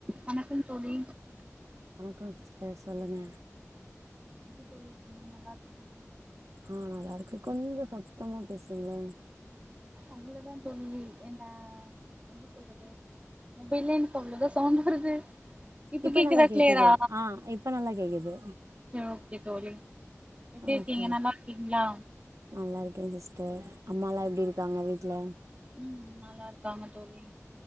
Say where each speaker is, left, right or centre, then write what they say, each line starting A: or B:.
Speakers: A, on the right; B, on the right.
A: வணக்கம் தோழி
B: கோ சிஸ்டர் சொல்லுங்க
A: எப்டி தோழி இருக்கீங்க நல்லாருக்
B: ஆ நல்லாருக்கு கொஞ்சோ சத்தமா பேசுங்களே
A: அவ்ளோதா தோழி என்ன எப்டி சொல்றது மொபைல்லே எனக்கு அவ்ளோதா சவுண்ட் வருது
B: இப்ப
A: கேக்குதா
B: நல்லா கேக்குது
A: கிளியரா
B: ஆ இப்ப நல்லா கேக்குது
A: சரி ஓகே தோழி எப்டி
B: ஓகே
A: இருக்கீங்க நல்லாருக்கீங்களா
B: நல்லா ஓகே சிஸ்டர் அம்மால்லாம் எப்பிடி இருக்காங்க வீட்ல
A: ம் நல்லாருக்காங்க தோழி